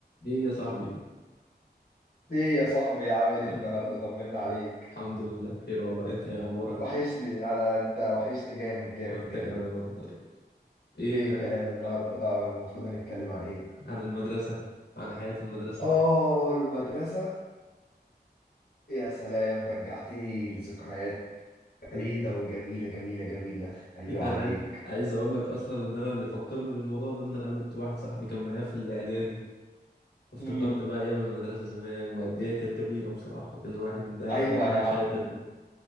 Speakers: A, on the left; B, on the left.
A: ايه يا صاحبي
B: ايه يا صاحبي عامل ايه
A: يعني
B: النهارده طمنا عليك
A: الحمد لله بخير والله انت ايه اخبارك
B: وحشني انا انت وحشني جامد جامد
A: وانت
B: جامد
A: كمان والله ايه
B: ايه الكلام
A: عن
B: النهارده المفروض هنتكلم عن ايه
A: عن المدرسة عن حياة المدرسة
B: اه المدرسة يا سلام رجعتني لذكريات
A: مم.
B: بعيدة وجميلة جميلة جميلة
A: <laughs>
B: ايوه
A: انا
B: عليك
A: عايز عايز اقول لك اصلا ان انا اللي فكرني بالموضوع ده ان انا قابلت واحد صاحبي كان معايا في الاعدادي فافتكرت
B: امم
A: بقى ايام المدرسة زمان وقد ايه كانت جميلة بصراحة كان الواحد لا
B: ايوه
A: يحمل هم
B: يا عم
A: شيئا